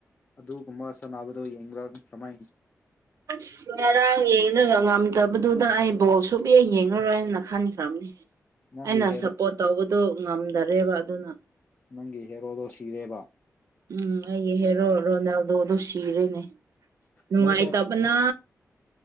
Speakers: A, on the left; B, on the right.
A: ꯑꯗꯨꯒꯨꯝꯕ ꯁꯥꯟꯅꯕꯗꯣ ꯌꯦꯡꯕ꯭ꯔꯥ ꯀꯃꯥꯏ
B: ꯑꯁ ꯉꯔꯥꯡ ꯌꯦꯡꯔꯒ ꯉꯝꯗꯕ ꯗꯨꯗ ꯑꯩ ꯕꯣꯜ ꯁꯨꯛ ꯌꯦꯡ ꯌꯦꯡꯉꯔꯣꯏꯅ ꯈꯟꯈ꯭ꯔꯕꯅꯤ
A: ꯅꯪꯒꯤ
B: ꯑꯩꯅ
A: ꯍꯦꯔꯣ
B: ꯁꯞꯄꯣꯔꯠ ꯇꯧꯕ ꯗꯣ ꯉꯝꯗꯔꯦꯕ ꯑꯗꯨꯅ
A: ꯅꯪꯒꯤ ꯍꯦꯔꯣꯗꯣ ꯁꯤꯔꯦꯕ
B: ꯎꯝ ꯑꯩꯒꯤ ꯍꯦꯔꯣ ꯔꯣꯅꯥꯜꯗꯣꯗꯨꯨ ꯁꯤꯔꯦꯅꯦ ꯅꯨꯡꯉꯥꯢ
A: ꯃꯣꯏꯁꯦ
B: ꯇꯕꯅꯥ